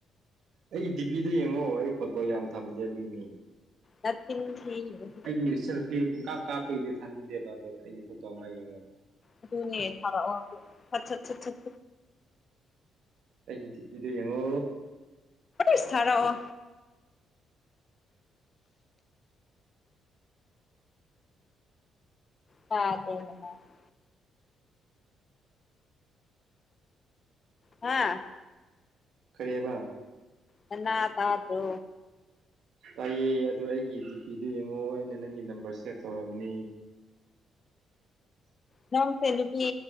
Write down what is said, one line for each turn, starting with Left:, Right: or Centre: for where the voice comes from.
Right: ꯑꯩ ꯗꯤꯄꯤꯗꯨ ꯌꯦꯡꯉꯣ ꯑꯩ ꯐꯣꯇꯣ ꯌꯥꯝ ꯊꯝꯗꯦ ꯑꯗꯨꯒꯤꯅꯤ
Left: ꯅꯆꯤꯟ ꯊꯤꯅꯨ
Right: ꯑꯩꯒꯤ ꯏꯆꯟ ꯅꯨꯄꯤ ꯄꯨꯡꯀꯥꯞ ꯀꯥꯞꯄꯒꯤꯗꯤ ꯊꯥꯅꯤꯡꯗꯦꯕ ꯑꯗꯣ ꯑꯩꯒꯤ ꯐꯣꯇꯣ ꯑꯃ ꯌꯦꯡꯉꯣꯕ
Left: ꯑꯗꯨꯅꯦ ꯊꯥꯔꯛꯑꯣ ꯁꯠ ꯁꯠ ꯁꯠ ꯁꯠ
Right: ꯑꯩꯒꯤ ꯗꯤꯄꯤꯗꯣ ꯌꯦꯡꯉꯣ
Left: ꯏꯁ ꯊꯥꯔꯛꯑꯣ ꯇꯕꯔꯣ ꯑꯩꯅꯥ ꯉꯥꯡꯏꯁꯤ ꯍꯥ
Right: ꯀꯔꯤ ꯍꯥꯏꯕ
Left: ꯅꯅꯥ ꯇꯥꯗ꯭ꯔꯣ
Right: ꯇꯥꯏꯑꯦ ꯑꯗꯨ ꯑꯩꯒꯤ ꯗꯤꯄꯤꯗꯨ ꯌꯦꯡꯉꯣ ꯑꯩꯅ ꯅꯪꯒꯤ ꯅꯝꯕꯔ ꯁꯦꯚ ꯇꯧꯔꯝꯅꯤ
Left: ꯅꯪꯁꯦ ꯅꯨꯄꯤ